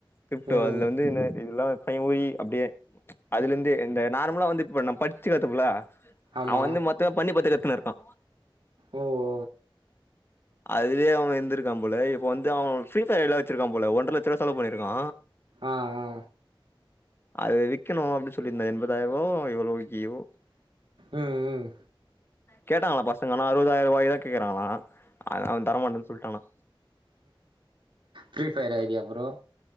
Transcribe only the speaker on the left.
கிரிப்டோ
அதுல வந்து என்ன இதெல்லா <unintelligible> அப்டியே அதுல இருந்து இந்த நார்மலா வந்து இப்ப நம்ம படிச்சு கத்துப்புல
அவ வந்து மொத்தமா பண்ணி பாத்து கத்துன்னு இருக்கா
அதுலயே அவ இருந்திருக்கான போல வந்து அவ ஃப்ரீ பயர் எல்ல வெச்சிருக்க போல ஒன்றர லட்ச ரூவா செலவு பண்ணி இருக்கா
அது விக்கனு அப்டின்னு சொல்லியிருந்தா எண்பதாயிர ரூபாக்கோ எவ்ளோக்கியோ
கேட்டாங்கலா பசங்கனா அறுவ்தாயிர்ருவாயா கேக்குறாங்ளா அ அவே தரமாட்டன் சொல்ட்டானா